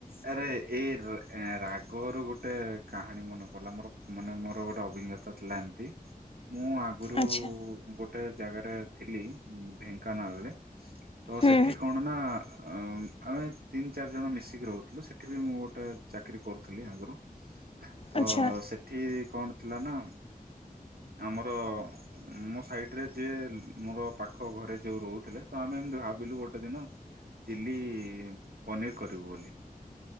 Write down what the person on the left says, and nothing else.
ଆଚ୍ଛା
ହୁଁ
ଆଚ୍ଛା